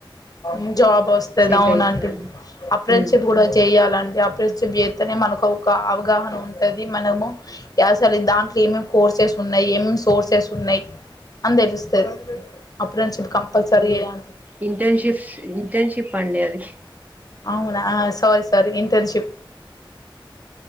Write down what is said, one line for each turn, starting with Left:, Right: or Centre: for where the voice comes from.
Left: మ్ జాబ్ వస్తది
Right: సెట్
Left: అవును
Right: అయితదండి
Left: అండి ఆప్రెండ్షిప్
Right: ఉమ్
Left: కూడా చేయాలండి అప్రెస్ షిప్ జేత్తేనే మనకు ఒక అవగాహన ఉంటది మనము అసలు దాంట్లో ఏమేమి కోర్సెస్ ఉన్నయ్ ఏమేమి సోర్సెస్ ఉన్నయ్ అని తెలుస్తది అఫ్రెండ్షిప్ కంపల్సరీ ఎయన్
Right: ఇంటెన్షిప్స్ ఇంటెన్షిప్ అండి అది
Left: అవునా sorry sorry internship